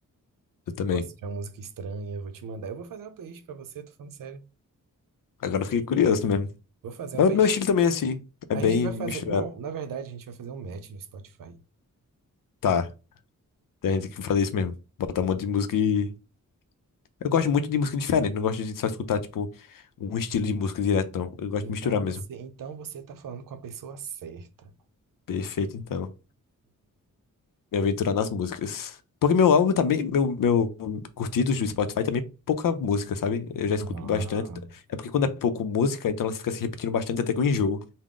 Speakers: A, on the left; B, on the right.
A: eu também.
B: Gosto de uma música estranha, eu vou te mandar. Eu vou fazer uma playlist pra você, tô falando sério.
A: Agora eu fiquei curioso mesmo.
B: Vou fazer
A: Mas
B: uma playlist.
A: o Meu estilo também é assim. É
B: A
A: bem
B: gente vai
A: misturado.
B: fazer. Não, na verdade, a gente vai fazer um match no Spotify.
A: Tá, tem gente que faz isso mesmo. Bota um monte de música e. Eu gosto muito de música diferente. Não gosto de só escutar, tipo, um estilo de música direto, não. Eu gosto
B: Então
A: de misturar
B: você,
A: mesmo.
B: então você tá falando com a pessoa certa.
A: Perfeito, então. me aventurar nas músicas. Porque meu álbum também, meu, meu curtidos do Spotify também é pouca música, sabe? Eu já escuto
B: Ah.
A: bastante. É porque quando é pouco música, então ela fica se repetindo bastante até que eu enjoo.